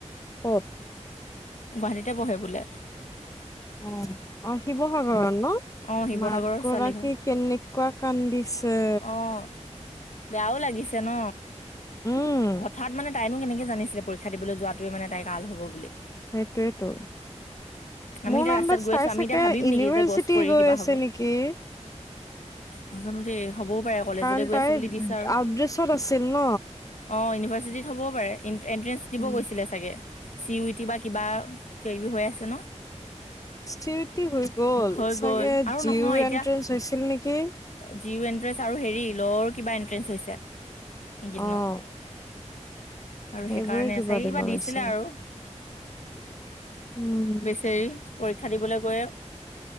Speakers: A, on the left; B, on the left.
A: ক'ত
B: গুৱাহাটীতে পঢ়ে বোলে।
A: অ অ শিৱসাগৰত ন
B: অঁ শিৱসাগৰৰ
A: মাক গৰাকী
B: ছোৱালী হয়
A: কেনেকুৱা কান্দিছে
B: অঁ বেয়াও লাগিছে ন
A: উম
B: হঠাৎ মানে তাইনো কেনেকে জানিছিলে পৰীক্ষা দিবলৈ যোৱাটোৱে মানে তাই কাল হ'ব বুলি
A: সেইটোয়েইটো
B: আমি
A: মোৰ
B: এতিয়া
A: নামন্দ
B: ৰাস্তাত
A: চাই
B: গৈ আছো আমি
A: চাগে
B: এতিয়া ভাবিম
A: ইউনিভাৰ্চিটি
B: নেকি যে গছ পৰি
A: গৈ
B: কিবা
A: আছে
B: হ'ব
A: নেকি
B: নাজানো দেই হ'বও পাৰে কলেজলৈ
A: কাৰণ
B: গৈ
A: তাই
B: আছো বুলি দিছা আৰু
A: আউটড্ৰেছত আছিল ন
B: অ', ইউনিভাৰ্চিটিত হ'বও পাৰে এণ্ট্ৰেন্ঞ্চ দিব
A: উম
B: গৈছিলে চাগে চি ইউইটি বা কিবা কিবি হৈ আছে ন
A: <inaudible> হৈ গল
B: হৈ
A: চাগে
B: গ'ল আৰু
A: জিউৰ
B: নহয় এতিয়া
A: এন্ট্ৰেস হৈছিল নেকি
B: জি ইউ এন্ট্ৰেন্ঞ্চ আৰু হেৰি লৰ কিবা এন্ট্ৰেঞ্চ হৈছে। এইকেইদিনত
A: অ',
B: আৰু
A: সেইবোৰে
B: সেইকাৰণে চাগে
A: দিব
B: কিবা দিছিলে
A: হৈছে
B: আৰু
A: উম
B: বেচেৰি পৰীক্ষা দিবলৈ গৈয়ে